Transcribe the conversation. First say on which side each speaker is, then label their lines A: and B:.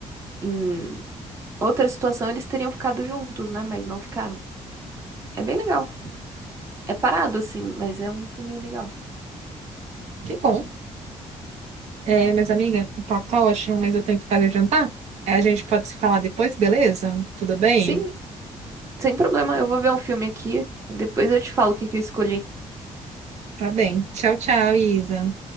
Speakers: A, on the right; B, on the right.
A: em outra situação eles teriam ficado juntos, né? Mas não ficaram. É bem legal. É parado assim, mas é um filminho legal.
B: que bom. É, mas amiga, o papo tá ótimo, mas eu tenho que fazer jantar. Aí a gente pode se falar depois, beleza? Tudo bem?
A: Sim, Sem problema, eu vou ver um filme aqui. Depois eu te falo o que que eu escolhi.
B: Tá bem. Tchau, tchau, Isa.